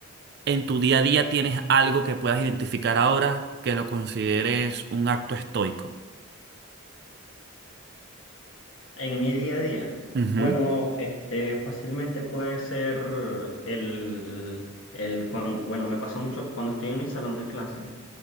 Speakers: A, on the right; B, on the left.
A: en tu día a día tienes algo que puedas identificar ahora que lo consideres un acto estoico.
B: En mi día a día,
A: Ujú,
B: bueno, este, fácilmente puede ser el, el cuan- bueno, me pasa mucho cuando estoy en mi salón de clase.